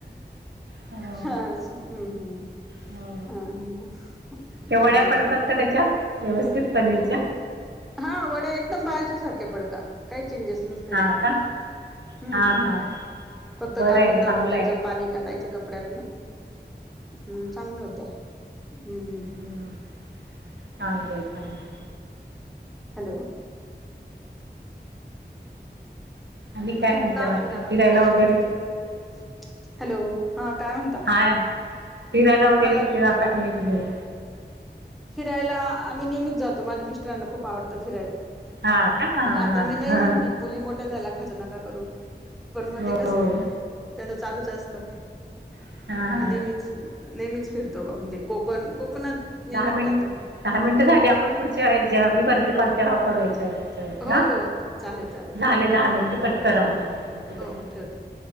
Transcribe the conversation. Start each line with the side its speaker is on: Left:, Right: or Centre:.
Right: हो
Centre: हा हम्म हम्म
Right: हो
Centre: हा हा हम
Right: ते वड्या
Centre: बरं
Right: पडतात त्याच्या व्यवस्थित पनीरच्या
Centre: हा वड्या एकदम बाहेरच्या सारख्या पडता काही चेंजेस नसत.
Right: हा का
Centre: हम्म
Right: हा हा
Centre: फक्त
Right: बरं
Centre: दाबून
Right: आहे चांगलं
Centre: दाबून त्याचं
Right: आहे
Centre: पाणी काढायचं कपड्यातन मग चांगलं होतं हम्म हम्म
Right: हम्म चांगलं आहे चांगलं
Centre: हॅलो
Right: आणि काय म्हणतय
Centre: दहा
Right: बाकी
Centre: मिनिटानंतर
Right: फिरायला
Centre: त्याच
Right: वगैरे
Centre: त्याच हॅलो हा काय म्हणता
Right: हा फिरायला वगैरे
Centre: मला
Right: कुठे जाता का नाही तुम्ही
Centre: फिरायला आम्ही नेहमीच जातो माझ्या मिस्टरांना खूप आवडतं फिरायला
Right: हा का हा
Centre: आता मी नाही
Right: हा
Centre: म्हणते
Right: हा
Centre: मुली मोठ्या झाल्या खर्च नका करू पण मग
Right: हो
Centre: ते कसये
Right: हो
Centre: ते तर चालूच असत.
Right: हा हा
Centre: नेहमीच नेहमीच फिरतो म्हणजे कोकण कोकणात नेहमी
Right: हा
Centre: जातो
Right: दहा मिनिट झाली आपण पुढच्या जेव्हा मी करते कॉल तेव्हा करू याच्यावर
Centre: हो हो. चालेल चालेल
Right: झाले
Centre: हा
Right: दहा
Centre: ठीक
Right: मिनिट
Centre: हा
Right: कट करा म्हणजे तिकडू
Centre: हो हो ठेवते